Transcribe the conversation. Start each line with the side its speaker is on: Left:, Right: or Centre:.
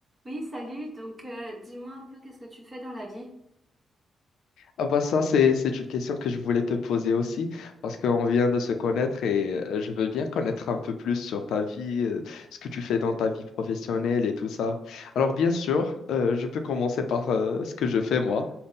Right: Oui, salut. Donc, euh, dis-moi un peu qu'est-ce que tu fais dans la vie?
Left: Ah bah ça, c'est, c'est une question que je voulais te poser aussi, parce qu'on vient de se connaître et euh, je veux bien connaître un peu plus sur ta vie, euh, ce que tu fais dans ta vie professionnelle et tout ça. Alors bien sûr, euh, je peux commencer par euh, ce que je fais moi.